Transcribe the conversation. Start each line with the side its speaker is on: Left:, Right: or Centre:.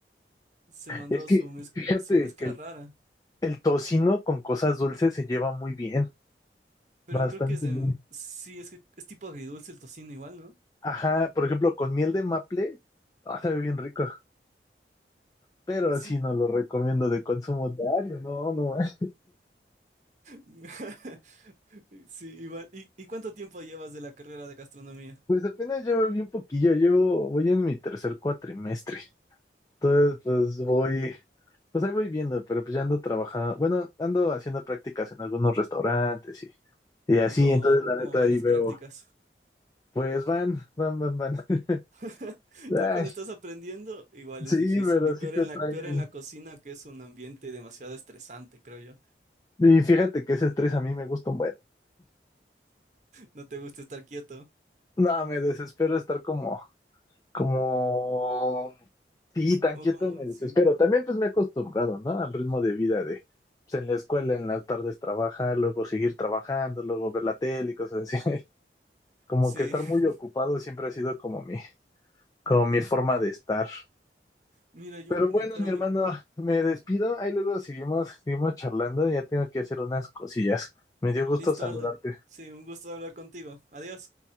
Right: Se mandó
Left: Es que
Right: su mez-
Left: fíjate
Right: su mezcla
Left: que el
Right: rara.
Left: El tocino con cosas dulces se lleva muy bien,
Right: Pero
Left: bastante
Right: creo que es de,
Left: bien.
Right: sí, es que es tipo agridulce el tocino igual, ¿no?
Left: Ajá, por ejemplo, con miel de maple, ah, sabe bien rico, pero
Right: Sí,
Left: así no lo recomiendo de consumo diario, no, no. eh.
Right: <laughs> sí, igual. ¿Y, y cuánto tiempo llevas de la carrera de gastronomía?
Left: Pues apenas llevo bien poquillo, llevo, voy en mi tercer cuatrimestre, entonces pues voy, pues ahí voy viendo, pero pues ya ando trabajando, bueno, ando haciendo prácticas en algunos restaurantes y, y así,
Right: ¿Y cómo
Left: entonces
Right: va?
Left: la
Right: ¿Cómo
Left: neta
Right: van
Left: ahí
Right: las
Left: veo,
Right: prácticas?
Left: pues van, van, van, van. <laughs>
Right: <laughs>
Left: Ay,
Right: Igual cuando estás aprendiendo, igual
Left: sí,
Right: es difícil.
Left: pero
Right: Y
Left: sí
Right: peor
Left: te
Right: en
Left: traen.
Right: la, peor en la cocina, que es un ambiente demasiado estresante, creo yo.
Left: Y fíjate que ese estrés a mí me gusta un buen.
Right: No te gusta estar quieto.
Left: No, me desespero estar como, como, sí, tan
Right: Como,
Left: quieto
Right: como,
Left: me desespero.
Right: sí.
Left: También pues me he acostumbrado, ¿no? Al ritmo de vida de, pues en la escuela, en las tardes trabajar, luego seguir trabajando, luego ver la tele y cosas así. <laughs> Como
Right: Sí.
Left: que estar muy
Right: <laughs>
Left: ocupado siempre ha sido como mi, como mi forma de estar.
Right: Mira, yo,
Left: Pero bueno,
Right: mm, pero
Left: mi hermano,
Right: mi-
Left: me despido. Ahí luego seguimos, seguimos charlando. Ya tengo que hacer unas cosillas. Me dio gusto
Right: listo,
Left: saludarte.
Right: Aldo. Sí, un gusto hablar contigo. Adiós.